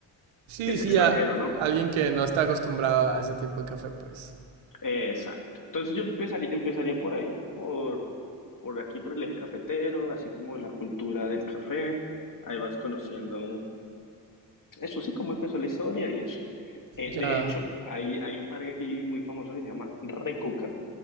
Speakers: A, on the right (about 75°); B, on the left (about 40°).
A: Sí,
B: que es
A: sí,
B: extranjero,
A: a
B: ¿no?
A: alguien que no está acostumbrado a ese tipo de café, pues.
B: Exacto. Entonces yo empezaría, empezaría por ahí, por, por aquí, por el eje cafetero, así como la cultura del café. Ahí vas conociendo. Eso sí, cómo empezó la historia y eso. Eh,
A: Ya.
B: de hecho, hay, hay un parque aquí muy famoso que se llama Recoca